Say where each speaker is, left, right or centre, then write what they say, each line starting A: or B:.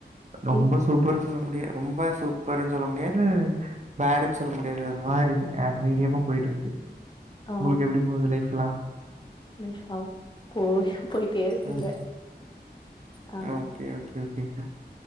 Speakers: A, on the right; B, on the left.
A: ரொம்ப
B: என்
A: சூப் பரு சொல்ல முடியு ரொம்ப சூப்பர்ன் சொல்ல முடியாது பேடுன் சொல்ல முடியாது ஒருமாரி மீடியமா போய்ட்ருக்கு
B: ஆ
A: உங்குளுக்கு எப்டி போது லைஃப்லா
B: லைஃபா போது போய்ட்டே இருக்குங்க
A: ம்
B: ஆ
A: ஓகே ஓகே ஓகேங்க